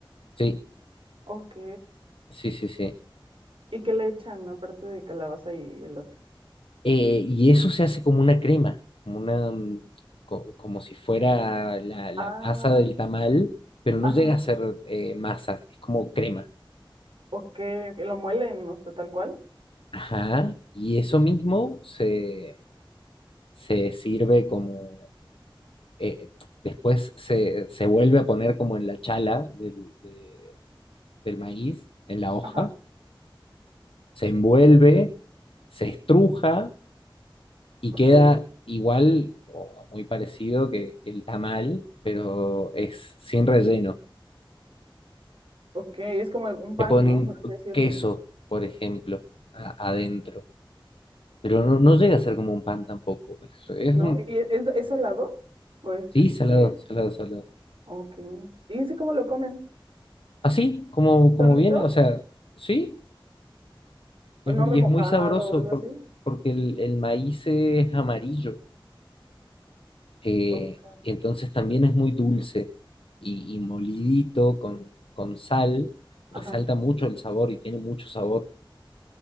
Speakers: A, on the left; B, on the right.
A: Sí,
B: Ok.
A: sí, sí, sí.
B: ¿Y qué le echan aparte de calabaza y elote?
A: Eh, y eso se hace como una crema, como una, mm, co- como si fuera la, la
B: Ah,
A: masa del tamal, pero no
B: ajá.
A: llega a ser eh, masa, es como crema.
B: Ok, ok, lo muelen, no sé, tal cual.
A: Ajá. Y eso mismo se, se sirve como eh, después se, se vuelve a poner como en la chala del, de- del maíz, en la hoja,
B: Ajá,
A: se envuelve, se estruja y
B: ok,
A: queda igual o muy parecido que, que el tamal, pero es sin relleno.
B: ok, es como un pan,
A: Le ponen
B: ¿no? Por así decirlo,
A: queso, por ejemplo, a- adentro, pero no, no llega a ser como un pan tampoco. Es, es
B: ¿no?
A: un,
B: ¿Y e- es, es helado? ¿O es
A: sí,
B: este?
A: salado, salado, salado.
B: Ok. ¿Y ese cómo lo comen?
A: Así, como, como
B: ¿Solito?
A: viene, o sea, sí.
B: ¿O
A: Es-
B: no remojado
A: y es muy sabroso
B: o algo
A: por-
B: así?
A: porque el, el maíz es amarillo, eh,
B: Ok,
A: y entonces también es muy dulce y, y molidito con, con sal, resalta
B: ajá.
A: mucho el sabor y tiene mucho sabor.